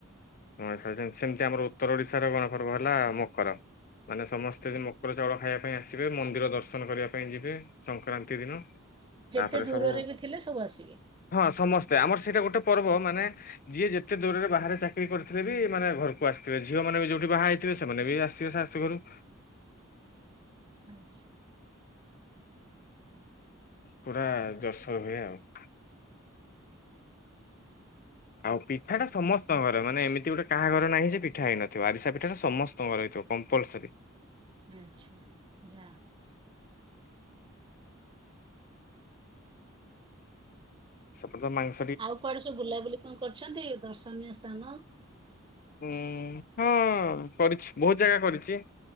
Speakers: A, on the left; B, on the right.
A: ହଁ ସେ ଯେ ସେମିତି ଆମର ଉତ୍ତର ଓଡିଶାର ନୂଆପର୍ବ ହେଲା ମକର। ମାନେ ସମସ୍ତେ ସେ ମ ମକର ଚାଉଳ ଖାଇବା ପାଇଁ ଆସିବେ। ମନ୍ଦିର ଦର୍ଶନ କରିବା ପାଇଁ ଯିବେ ସଂକ୍ରାନ୍ତି ଦିନ। ତାପରେ
B: ଯେତେ ଦୂରରେ
A: ସବୁ
B: ବି ଥିଲେ ସବୁ ଆସିବେ।
A: ହଁ ସମସ୍ତେ ଆମର ସେଇଟା ଗୋଟେ ପର୍ବ ମାନେ ଯିଏ ଯେତେ ଦୂରରେ ବାହାରେ ଚାକିରି କରିଥିଲେ ବି ମାନେ ଘରକୁ ଆସିଥିବେ। ଝିଅ ମାନ ବି ଯୋଉଠି ବାହା ହେଇଥିବେ ସେମାନେ ବି ଆସିବେ ସା ସେ ଘରୁ
B: ଆଚ୍ଛା।
A: ପୁରା ଜର୍ଶର ଭଳିଆ ଆଉ। ଆଉ ପିଠା ଟା ସମସ୍ତ ଘରେ। ମାନେ ଏମିତି ଗୋଟେ କାହା ଘରେ ନାହିଁ ଯେ ପିଠା ହେଇନଥିବ ଆରିଶା ପିଠା ଟା ସମସ୍ତ ଘରେ ହେଇଥିବ। କମ୍ପଲସରି।
B: ଆଛା ଯା ହଉ।
A: ସେପଟେ ତ ନାଇଁ।
B: ଆଉ କୁଆଡେ ସବୁ ବୁଲାବୁଲି କଣ କରିଚନ୍ତି ଦର୍ଶନୀୟ ସ୍ଥାନ?
A: ଉଁ ହଁ କରିଚି। ବହୁତ ଜାଗା କରିଚି।